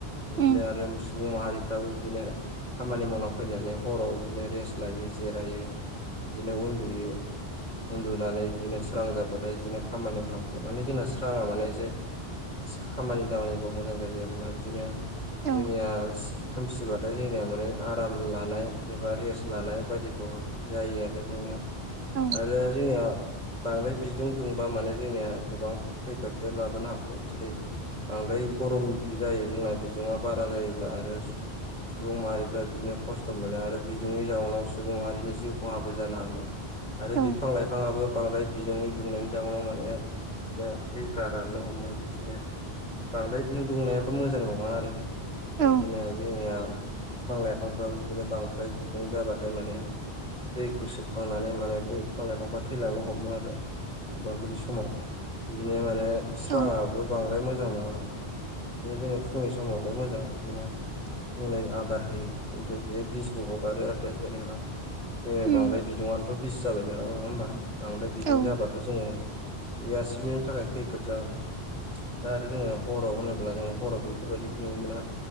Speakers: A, in the centre; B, on the right.
A: बिदिनो
B: उम
A: आरो सुबुं माहारिफ्राबो बिदिनो खामानि मावना फैनानै हराव बिदिनो रेस्ट लायो जिरायो बिदिनो उन्दुयो। उन्दुनानै बिदिनो स्रां जाबाथाय बिदिनो खामानियाव थांबाय माने जोंना स्रांआ माने एसे खामानि दामानिफ्राव मोजां जायो आरोना बिदिनो
B: औ
A: जोंनिया खोमसिबाथाय जोंनिया माने आराम लानाय एबा रेस्ट लानाय <unintelligible> जायो आरो जोंनियाव।
B: औ
A: आरो जोंनि बांद्राय बिदुं दुंबा माने जोंनिया गोबां खैफोदबो लाबो नो हागौ <unintelligible> बांद्राय गरम जायो जोंना बिदुंआ बारा जायोब्ला आरो सुबुं माहारिफ्रा बिदिनो खस्थ' मोनो आरो बिदुंनि जाउनाव सुबुं माहारिनि जिउ खहाबो जानो हागौ। आरो
B: औ
A: बिफां लाइफाङाबो बांद्राय बिदुंनि दुंनायनि जाउनाव माने बिदिनो दैफ्रा राननो हमो बिदिनो बांद्राय बिदुं दुंनायाबो मोजां नङा आरो।
B: औ
A: बिदिनो जोंनिया बिफां लाइफांफ्राबो बिदिनो बांद्राय बिदुं जाबाथाय माने दैखौ सोबखांनानै माने दै बिफां लाइफांफ्रा थैलांनो हमो आरो। अबेबा बिदि समाव बिदिनो माने स्रांआबो
B: औ
A: बांद्राय मोजां नङा। बिदिनो जोङो फुंनि समावनो मोजां बिदिनो जोंनो आदार होयो खिन्थु बियो बिसबो हगारो आरो जेनेबा जोङो बांद्राय
B: उम
A: बिदुंआनथ बिस जाबाय ना नङा होमबा बांद्राय बिदुं
B: औ
A: जाबाथ जोङो बे गासिबो थाखाय खैफोद जागोन। दा आरो जोङो हराव होनोब्ला जों हराव बेफोरबायदि नुनो मोना।